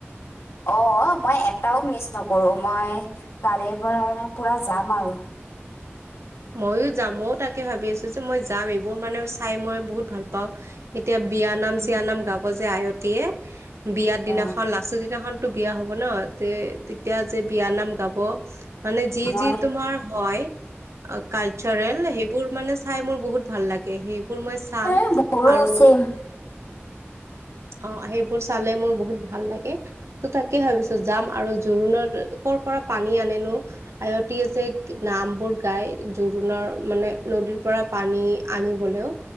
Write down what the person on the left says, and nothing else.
অ মই এটাও মিচ নকৰো মই কালিৰ পৰা পুৰা যাম আৰু
উম
অ
মই
এ মোৰো
চেম